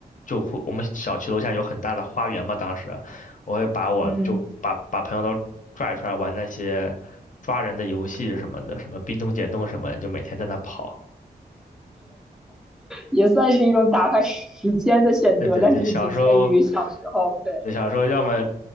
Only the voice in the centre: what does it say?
嗯，
也算是一种打发时间的选择，
但是仅限于小时候。
对，